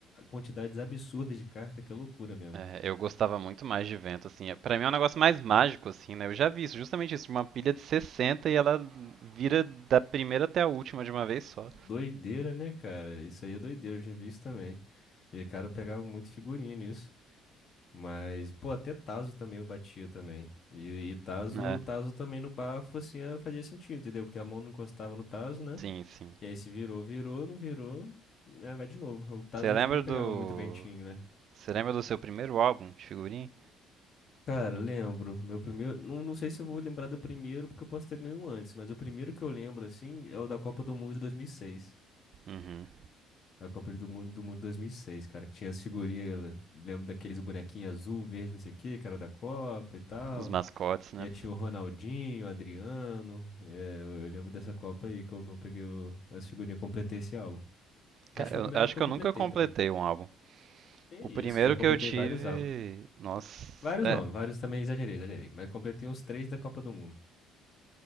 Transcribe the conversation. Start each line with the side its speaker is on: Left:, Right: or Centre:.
Left: quantidades absurdas de carta que é loucura mesmo.
Right: É, eu gostava muito mais de vento, assim. É- Pra mim é um negócio mais mágico, assim, né? Eu já vi isso, justamente isso, uma pilha de 60 e ela vira da primeira até a última de uma vez só.
Left: Doideira, né, cara? Isso aí é doideira, eu já vi isso também. E o cara pegava muito figurinha nisso. Mas, pô, até Tazo também eu batia também. E, e Tazo,
Right: Uhum. É,
Left: Tazo também no bafo, assim, eh, fazia sentido, entendeu? Porque a mão não encostava no Tazo, né?
Right: sim, sim.
Left: E aí se virou, virou, não virou, né? Vai de novo. O Tazo
Right: Você lembra
Left: acho que não pegava
Right: do
Left: muito ventinho, né?
Right: Você lembra do seu primeiro álbum de figurinha?
Left: Cara, lembro. Meu primeiro. Não, não sei se eu vou lembrar do primeiro, porque eu posso ter ganho um antes, mas o primeiro que eu lembro, assim, é o da Copa do Mundo de 2006.
Right: Uhum.
Left: A Copa do Mundo, do Mundo de 2006, cara, que tinha as figurinhas, eu lembro daqueles bonequinhos azul, verde, não sei o que, cara da Copa e tal.
Right: Os mascotes, né?
Left: Já tinha o Ronaldinho, o Adriano. É, eu eu lembro dessa Copa aí que eu, que eu peguei o, essa figurinha, completei esse álbum. Acho
Right: Cara,
Left: que foi
Right: eu
Left: o primeiro
Right: acho
Left: álbum que
Right: que
Left: eu completei
Right: eu nunca completei
Left: também.
Right: um álbum.
Left: Que
Right: O
Left: isso,
Right: primeiro
Left: já completei
Right: que eu tive.
Left: vários álbuns.
Right: Nossa.
Left: Vários
Right: é,
Left: não, vários também exagerei, exagerei. Mas completei uns três da Copa do Mundo.